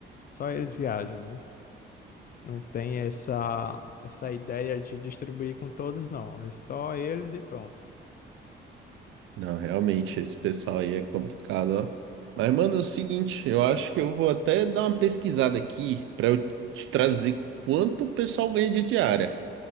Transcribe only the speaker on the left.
só eles viajam, né? Não tem essa, essa ideia de distribuir com todos, não. É só eles e pronto.